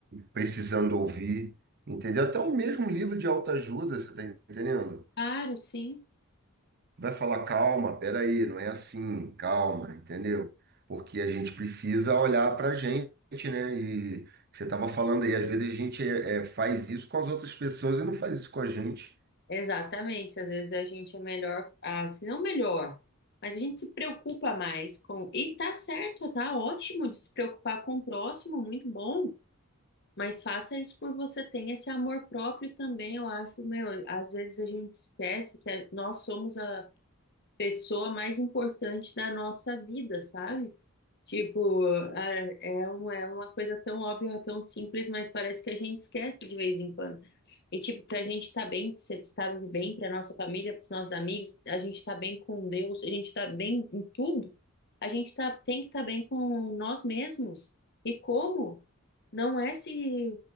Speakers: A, on the right; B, on the left.
A: precisando ouvir, entendeu? Até o mesmo livro de autoajuda, você está entendendo?
B: Claro, sim.
A: vai falar, calma, peraí, não é assim, calma, entendeu? Porque a gente precisa olhar para a gente, né? E você estava falando aí, às vezes a gente é, é, faz isso com as outras pessoas e não faz isso com a gente.
B: Exatamente. Às vezes a gente é melhor, assim, não melhor, mas a gente se preocupa mais com. E tá certo, tá ótimo de se preocupar com o próximo, muito bom. Mas faça isso por você, tenha esse amor próprio também. Eu acho, meu, às vezes a gente esquece que a- nós somos a pessoa mais importante da nossa vida, sabe? Tipo, ah, é, um, é uma coisa tão óbvia, tão simples, mas parece que a gente esquece de vez em quando. E, tipo, pra gente tá bem, pra ser estável de bem, pra nossa família, pros nossos amigos, a gente tá bem com Deus, a gente tá bem em tudo, a gente tá, tem que estar tá bem com nós mesmos. E como? Não é se